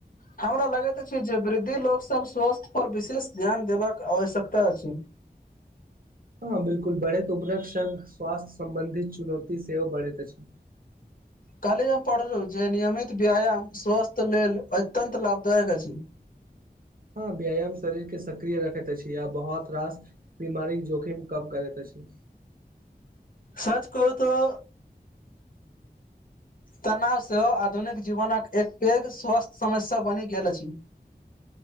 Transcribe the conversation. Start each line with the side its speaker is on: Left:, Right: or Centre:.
Left: हमरा लगैत अछि जे वृद्धि लोग सब स्वास्थ्य पर विशेष ध्यान देबाक आवश्यकता अछि
Right: हँ बिल्कुल बढ़ैत उबरक स्वासथ्य सम्बंधित चुनौती सेहो बढ़ैत अछि
Left: काले जे हम पढ़लहुँ जे नियमित व्यायाम स्वास्थ लेल अत्यन्त लाभदायक अछि
Right: हँ व्यायाम शरीर के सक्रिय रखैत अछि आ बहुत रास बीमारी जोखीम कम करैत अछि
Left: सच कहू तऽ तनाव सेहो आधुनिक जीवनक एक पैघ स्वस्थ्य समस्या बनि गेल अछि